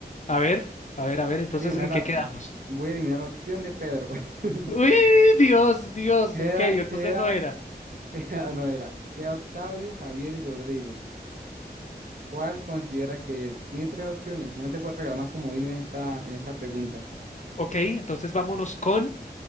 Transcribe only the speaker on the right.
a eliminar
la,
voy a eliminar la opción de Pedro. <laughs>
Queda,
queda,
<laughs> queda, no era. Queda Octavio, Javier y Rodrigo. ¿Cuál considera que es? Tiene tres opciones. Ya no te puedo regalar más comodín en esta, en esta pregunta.